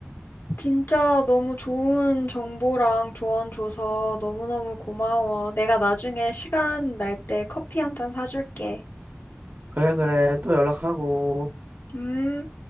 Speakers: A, on the left (about 80°); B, on the right (about 55°).
A: 진짜 너무 좋은 정보랑 조언 줘서 너무너무 고마워. 내가 나중에 시간 날 때 커피 한 잔 사줄게.
B: 그래, 그래. 또 연락하고.
A: 음.